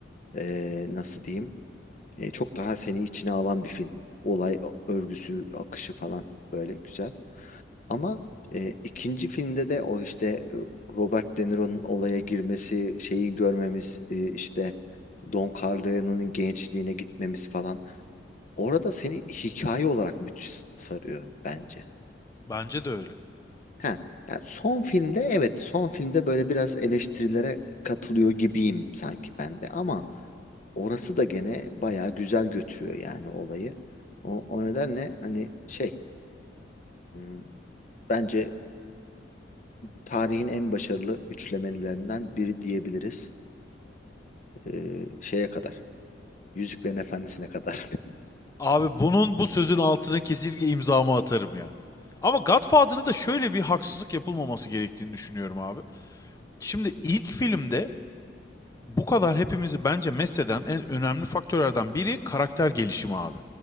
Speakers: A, on the left (about 45°); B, on the left (about 20°).
A: eee, nasıl diyeyim eee, çok daha seni içine alan bir film. Olay örgüsü, akışı falan böyle güzel. Ama eee, ikinci filmde de o işte e, Robert De Niro'nun olaya girmesi, şeyi görmemiz, e, işte Don Corleone'nin gençliğine gitmemiz falan. Orada seni hikaye olarak müthiş sarıyor bence.
B: Bence de öyle.
A: Ha, yani son filmde evet son filmde böyle biraz eleştirilere katılıyor gibiyim sanki ben de ama orası da gene bayağı güzel götürüyor yani olayı. O, o nedenle hani şey hmm, bence tarihin en başarılı üçlemelerinden biri diyebiliriz. Ee, şeye kadar. Yüzüklerin Efendisi'ne kadar.
B: Abi bunun bu sözün altına kesinlikle imzamı atarım ya. Ama Godfather'da da şöyle bir haksızlık yapılmaması gerektiğini düşünüyorum abi. Şimdi ilk filmde Bu kadar hepimizi bence mesleden en önemli faktörlerden biri karakter gelişimi abi.